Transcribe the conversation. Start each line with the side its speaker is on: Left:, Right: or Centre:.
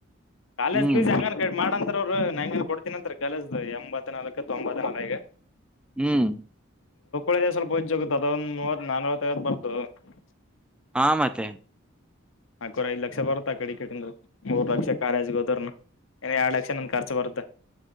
Left: ಕಾಲೇಜ್
Centre: ಹ್ಮ್
Left: ಪೀಸ್ <unintelligible> ಹೆಂಗರಾ ಮದಂತರವೃ. ಬ್ರೋ ನ್ಯಾಂಗನ ಕೊಡ್ತೀನಿ ಅಂತರ ಕಾಲೇಜ್ದ ಎಂಬತ್ ನಾಲ್ಕ ತೊಂಬತ್ತ ನಾಲ್ಕ
Centre: ಹ್ಮ್
Left: ಳೇ ಸ್ವಲ್ಪ ಹೊಜ್ಜೋಗ ಅದ ಒಂದು ನೂರ ನಾನುರೈವತ್ ಬರುತ್ ಅದೊಂದು
Centre: ಹಾ ಮತೆ
Left: ನಾಕೊರಿ ಐದ್ ಲಕ್ಷ ಬರತ್ ಅಕಾಡಿಕಡಂದ್ರ ಮೂರ್ ಲಕ್ಷ ಕಾಲೇಜೆಗ್ ಹೋದ್ರುನು ಇನ್ ಎರಡ್ ಲಕ್ಷ ನನ್ ಖರ್ಚ ಬರುತ